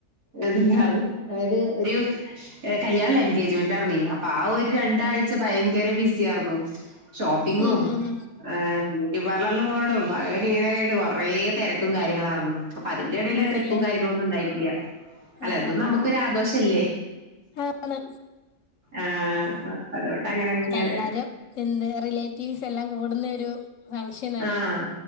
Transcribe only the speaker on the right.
അതില്ലർന്നു അതായത് ഒരു കല്യാണല്ല എൻഗേജ്മെന്റ് ആയിർന്നെ അപ്പൊ ആ ഒരു രണ്ടാഴ്ച ഭയങ്കര ബിസിയായിരുന്നു ഷോപ്പിങ്ങും
ബ്യൂട്ടി പാർലറിൽ പോകണം പകന് ഇങ്ങനെയൊക്കെയായിട്ട് കുറെേ തിരക്കും കാര്യങ്ങളായിരുന്നു അപ്പൊ അതിന്റെ ഇടൽ
ട്രിപ്പും കാര്യങ്ങളും ഒന്നും ഉണ്ടായിട്ടില്ല അല്ല
അതും
നമുക്ക് ഒരുരാഘോഷം അല്ലേ
ആഹ അപ്പ അതുകൊണ്ട് അങ്ങനെൊക്കെ ഇങ്ങനെ
ആഹ്